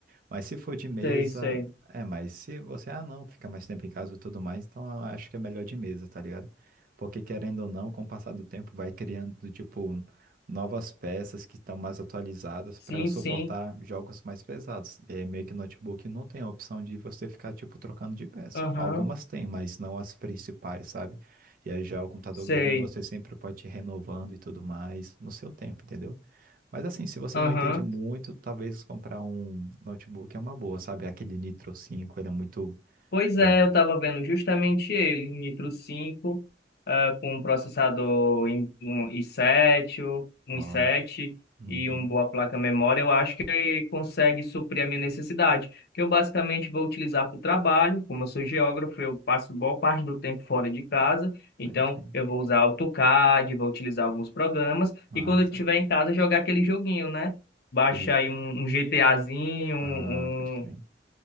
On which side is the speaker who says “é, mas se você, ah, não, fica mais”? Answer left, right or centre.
Right